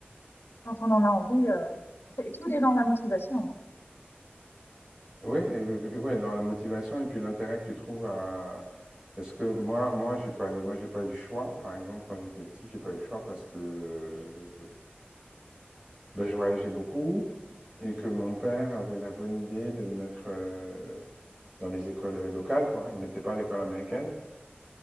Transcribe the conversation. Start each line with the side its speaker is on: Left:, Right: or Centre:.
Left: quand on en a envie, euh, c'est, tout est dans la motivation, en fait.
Right: Oui, et, et ouais, dans la motivation et puis l'intérêt que tu trouves à. Est-ce que moi, moi, j'ai pas, eu- moi, j'ai pas eu le choix. Par exemple, quand j'étais petit, j'ai pas eu le choix parce que euh, ben, je voyageais beaucoup et que mon père avait la bonne idée de me mettre euh, dans les écoles euh, locales, quoi. Il mettait pas à l'école américaine.
Left: Ouais.